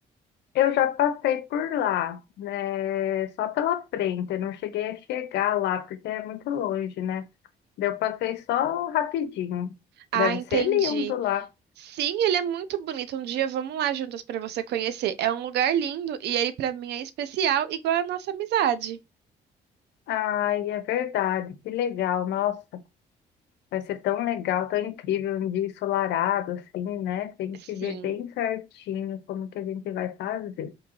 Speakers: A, on the left (about 75°); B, on the right (about 70°).
A: Eu já passei por lá, né? Só pela frente. Eu não cheguei a chegar lá, porque é muito longe, né? Daí Eu passei só rapidinho.
B: Ah,
A: Deve
B: entendi.
A: ser lindo lá.
B: Sim, ele é muito bonito. Um dia vamos lá juntas para você conhecer. É um lugar lindo e ele para mim é especial, igual a nossa amizade.
A: Ai, é verdade. Que legal. Nossa, vai ser tão legal, tão incrível. Um dia ensolarado, assim, né? Tem
B: Sim.
A: que ver bem certinho como que a gente vai fazer.